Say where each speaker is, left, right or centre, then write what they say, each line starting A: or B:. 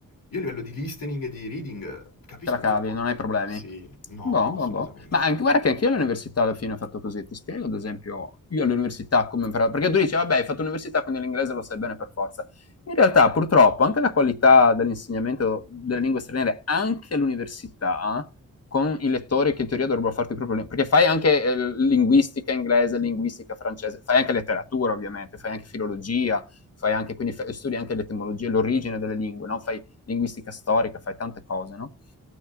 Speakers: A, on the left; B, on the left.
A: Io a livello di listening e di reading eh, capisco
B: te la cavi,
A: tutto.
B: non hai problemi.
A: Sì, no,
B: Boh,
A: no,
B: boh,
A: assolutamente.
B: boh. Ma anche, guarda che anche io all'università alla fine ho fatto così. Ti spiego, ad esempio, io all'università come imparato. Perché tu dici, vabbè, hai fatto l'università, quindi l'inglese lo sai bene per forza. In realtà, purtroppo, anche la qualità dell'insegnamento delle lingue straniere, anche all'università, con i lettori che in teoria dovrebbero farti proprio. Perché fai anche eh, linguistica inglese, linguistica francese, fai anche letteratura, ovviamente, fai anche filologia, fai anche, quindi fai- studi anche l'etimologia, l'origine delle lingue, no? Fai linguistica storica, fai tante cose, no?